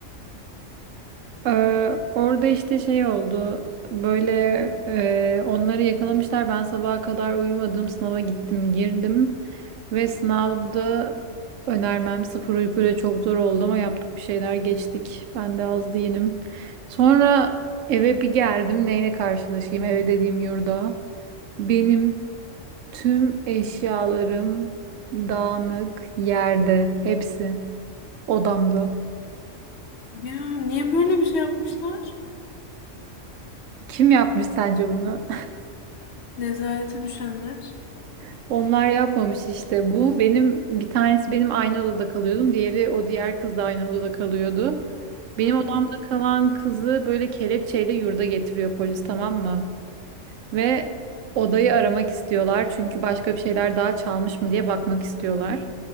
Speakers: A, on the right (about 80°); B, on the left (about 60°).
A: Ee, orada işte şey oldu. Böyle e, onları yakalamışlar. Ben sabaha kadar uyumadım. Sınava gittim girdim. Ve sınavda önermem sıfır uykuyla çok zor oldu ama yaptık bir şeyler geçtik. Ben de az değilim. Sonra eve bir geldim. Neyle karşılaşayım? Eve dediğim yurda. Benim Tüm eşyalarım dağınık yerde, hepsi odamda.
B: Ya niye böyle bir şey yapmışlar?
A: Kim yapmış sence bunu?
B: Nezarete düşenler.
A: <laughs> Onlar yapmamış işte. Bu benim bir tanesi benim aynı odada kalıyordum. Diğeri o diğer kız da aynı odada kalıyordu. Benim
B: Hı
A: odamda
B: hı.
A: kalan kızı böyle kelepçeyle yurda getiriyor polis tamam mı? Ve odayı aramak istiyorlar çünkü başka bir şeyler daha çalmış mı diye bakmak istiyorlar.